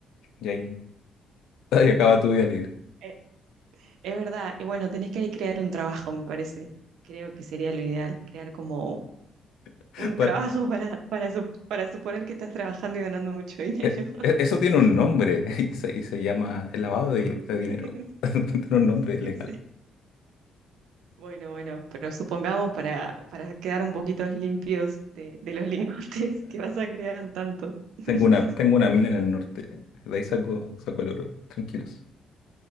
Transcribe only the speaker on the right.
Eh, Es verdad, y bueno, tenés que ahí crear un trabajo, me parece. Creo que sería lo ideal, crear como
un trabajo para, para, su- para suponer que estás trabajando y ganando mucho dinero.
<laughs>
Sí,
sí. Bueno, bueno, pero supongamos para, para quedar un poquito limpios de, de los lingotes <laughs> que vas a crear tantos. <laughs>